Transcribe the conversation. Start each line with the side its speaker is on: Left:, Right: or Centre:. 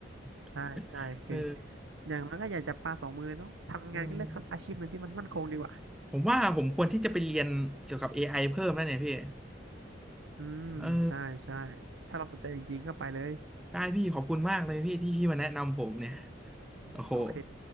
Centre: <laughs>
Right: ใช่ใช่คือ
Centre: เออ
Right: อย่างนั้นก็อย่าจับปลาสองมือเลยเนาะทำงานก็เลือกอาชีพหนึ่งที่มันมั่นคงดีกว่า
Centre: อืมผมว่าผมควรที่จะไปเรียนเกี่ยวกับ AI เพิ่มแล้วเนี่ยพี่
Right: อืมใช่ใช่
Centre: เออ
Right: ถ้าเราสนใจจริงๆก็ไปเลย
Centre: ได้พี่ขอบคุณมากเลยพี่ที่พี่มาแนะนำผมเนี่ย โอ้โห
Right: โอเค